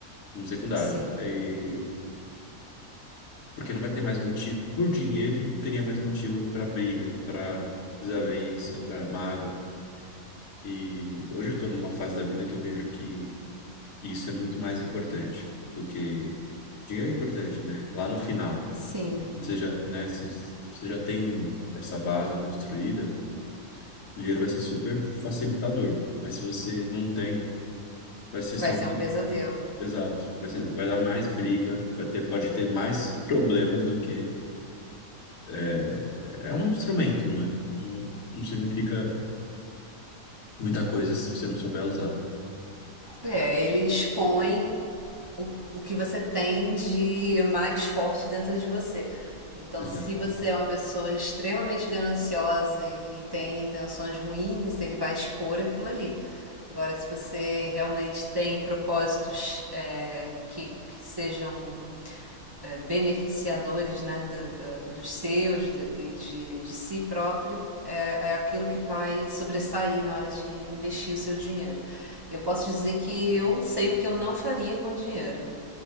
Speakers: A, on the left; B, on the right.
A: como secundário,
B: Sim,
A: E- porque não vai ter mais motivo, por dinheiro não teria mais motivo para briga, para desavença, para mágoa, e hoje eu estou numa fase da vida que eu vejo que isso é muito mais importante do que, dinheiro é importante, né, lá no final,
B: sim.
A: Você já, né, se se você já tem essa base construída, o dinheiro vai ser super facilitador. Mas se você não tem, vai ser
B: Vai
A: só
B: ser
A: mais-
B: um pesadelo.
A: exato, vai ser, vai dar mais briga, vai ter, pode ter mais problemas do que é, é é um instrumento, não é? Não, não significa muita coisa se você não souber usar.
B: É, ele expõe o, o que você tem de mais forte dentro de você. Então,
A: Exato.
B: se você é uma pessoa extremamente gananciosa e tem intenções ruins, ele vai expor aquilo ali. Agora, se você realmente tem propósitos é, que, que sejam é, beneficiadores né, do, do, dos seus e de, de, de, si próprio, é, é aquilo que vai sobressair na hora de investir o seu dinheiro. Eu posso dizer que eu sei o que eu não faria com dinheiro.